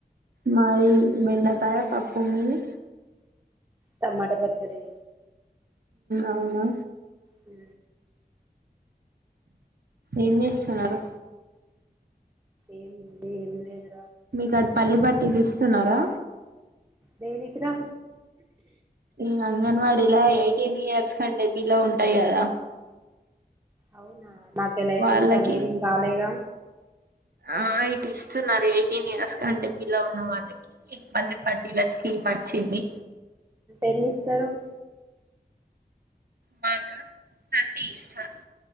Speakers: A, on the right (about 70°); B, on the right (about 20°).
A: మాది బెండకాయ పప్పు మీది
B: టమాట పచ్చడి
A: అవునా
B: హ
A: ఏం చేస్తున్నారు
B: ఏం ఏం లేదు
A: మీకు అది పల్లీ పట్టీలు ఇస్తున్నారా
B: దేనికి రా
A: ఈ అంగన్వాడీలా ఎయిటీన్ ఇయర్స్ కంటే బిలో ఉంటాయి కదా
B: అవునా మా కళ్ళ అయితే
A: వాళ్ళకి
B: ఇంకా అదేం రాలేగా
A: ఆ ఇటు ఇస్తున్నారు ఎయిటీన్ ఇయర్స్ కంటే బిలో ఉన్న వాళ్ళకి పళ్ళీ పట్టీల స్కీమ్ వచ్చింది
B: ఎన్ని ఇస్తారు
A: మాక థర్టీ ఇస్తారు